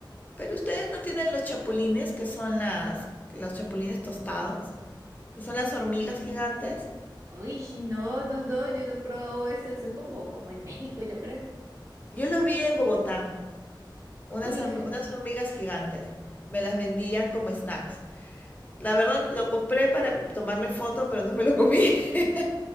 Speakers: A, on the left; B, on the right.
A: Pero ustedes no tienen los chapulines, que son las, los chapulines tostados, que son las hormigas gigantes.
B: Uy, sí, no, no, no, yo no he probado eso, eso es como, como en México, yo creo.
A: Yo lo vi en Bogotá, unas,
B: Uf,
A: horm- unas hormigas gigantes. Me las vendían como snacks. La verdad, lo compré para tomarle foto, pero no me lo comí. <laughs>